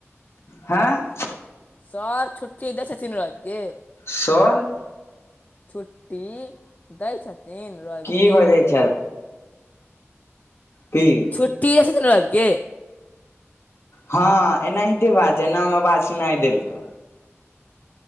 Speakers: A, on the left; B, on the left.
A: हँ
B: सर छुट्टी दै छथिन रवि के
A: सर
B: छुट्टी दैइ छथिन रवि
A: की
B: के
A: बजै छ की
B: छुट्टी दइ छथिन रवि के
A: हँ एनाहिते बाज एनामे आवाज सुनाइ देलकौ